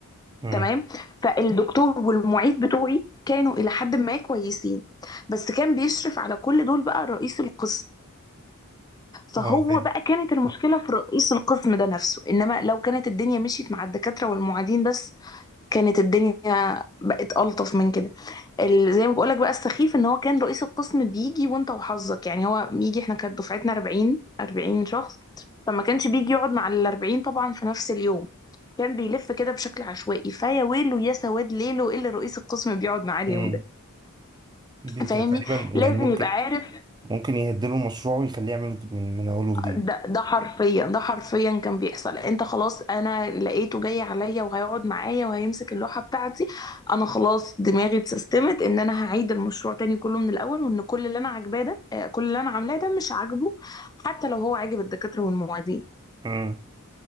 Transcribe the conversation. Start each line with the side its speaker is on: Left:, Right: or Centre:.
Right: امم
Left: تمام فالدكتور والمعيد بتوعي كانوا الى حد ما كويسين بس كان بيشرف على كل دول بقى رئيس القسم فهو
Right: اه فاهم
Left: بقى كانت المشكلة في رئيس القسم ده نفسه انما لو كانت الدنيا مشيت مع الدكاترة والمعيدين بس كانت الدنيا بقت ألطف من كده ال- زي ما بقولك بقى السخيف ان هو كان رئيس القسم بيجي وانت وحظك يعني هو بيجي احنا كانت دفعتنا 40 40 شخص فما كانش بيجي يقعد مع ال 40 طبعا في نفس اليوم كان بيلف كده بشكل عشوائي فيا ويله يا سواد ليله اللي رئيس القسم بيقعد معاه اليوم
Right: امم
Left: ده
Right: بت-
Left: فاهمني
Right: تقريبا
Left: لازم
Right: يعني ممكن
Left: يبقى عارف
Right: ممكن يهدله المشروع ويخليه يعمله من من أوله جديد
Left: ده ده حرفيا ده حرفيا كان بيحصل انت خلاص انا لقيته جاي عليا وهيقعد معايا وهيمسك اللوحة بتاعتي انا خلاص دماغي اتسيستمت ان انا هعيد المشروع تاني كله من الاول وان كل اللي انا عاجباه ده آه، كل اللي انا عاملاه ده مش عاجبه حتى لو هو عاجب الدكاترة والمعيدين
Right: امم